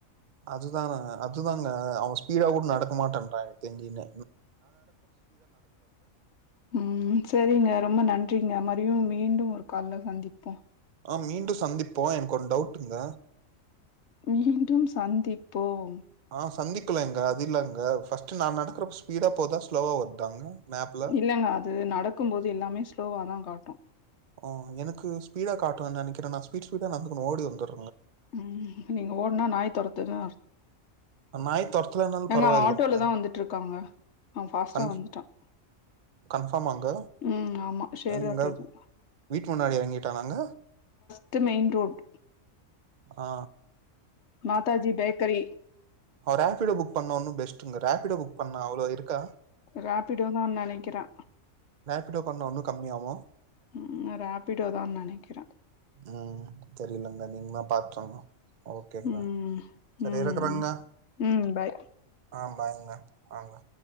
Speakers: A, on the right; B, on the left.
A: அதுதானா அதுதாங்க அவன் ஸ்பீடா கூட நடக்க மாட்டான்றா தெரிஞ்சுனு
B: ம் ம் சரிங்க ரொம்ப நன் றிங்க மாறியு மீண்டும் ஒரு கால்ல சந்திப்போ
A: ஆ மீண்டு சந்திப்போ எனக்கோர் டவுட்டுங்க
B: மீண்டும் சந்திப்போம்
A: ஆ சந்திக்கலங்க அது இல்லங்க ஃபஸ்ட்டு நா நடக்கறப்ப ஸ்பீடா போதா ஸ்லோவா வருதாங்க மேப்ல?
B: இல்லங்க அது நடக்கு போது எல்லாமே ஸ்லோவாதா காட்டு
A: ஆ எனக்கு ஸ்பீடா காட்டுதுனு நெனைக்கிறே நா ஸ்பீட் ஸ்பீடா நடந்து ஓடி வந்துற
B: ம் நீங்க ஓட்னா நாய் தொரத்துதா
A: நாய் தெரத்துலனாலு பரவாயில்லங்க
B: அவன் ஆட்டோல தான் வந்துட்டுருக்காங்க. அவன் ஃபாஸ்ட்டா
A: கன்பா
B: வந்துட்டான்.
A: கன்ஃபார்மாங்க
B: ம் ஆமா. ஷேர்
A: எங்க
B: ஆட்டோ இது.
A: வீட்டு முன்னாடி இறங்கிட்டனாங்க
B: ட்டு மெயின் ரோடு்
A: ஆ
B: மாதாஜி பேக்கரி
A: அவ ராப்ஃபிடோ புக் பண்ண ஒன்னு பெஸ்ட்ங்க ராப்ஃபிடோ புக் பண்ணா அவ்ளோ இருக்கா
B: ராப்பிடோதா நெனைக்கிறே
A: கிட்டோ பண்ணோ இன்னு கம்மியாவு
B: ம் ராப்பிடோதா நெனைக்கிறே
A: ம் தெரியலங்க நீங்கதா பாத்து சொல்லனு ஓகேங்க
B: ம்
A: சரி
B: ம்
A: இருக்குறங்க
B: ம் பாய்
A: ஆ பாய்ங்க ஆங்க